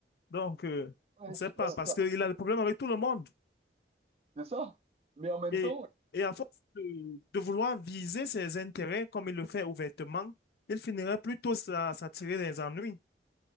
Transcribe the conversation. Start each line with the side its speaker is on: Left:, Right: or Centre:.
Left: Donc, euh,
Right: ouais,
Left: on ne
Right: je
Left: sait
Right: suis
Left: pas,
Right: bien d'accord.
Left: parce qu'il a des problèmes avec tout le monde.
Right: C'est ça. Mais en même
Left: Et,
Right: temps,
Left: et à force de, de vouloir viser ses intérêts comme il le fait ouvertement, il finirait plutôt à s'attirer des ennuis.